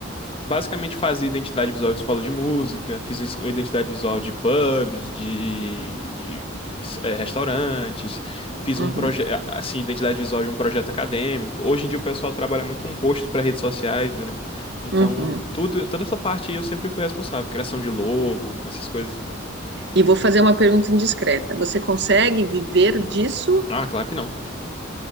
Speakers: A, on the left (about 30°); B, on the right (about 55°).
A: basicamente fazia identidade visual de escola de música, fiz es- identidade visual de pubs, de, de, eh, restaurantes, fiz
B: Uhum,
A: um projeto, assim, identidade visual de um projeto acadêmico. Hoje em dia o pessoal trabalha muito com posts para redes sociais, entendeu? Então,
B: uhum.
A: tudo, toda essa parte aí eu sempre fui responsável, criação de logo, essas coisas.
B: E vou fazer uma pergunta indiscreta. Você consegue viver disso?
A: Ah, claro que não.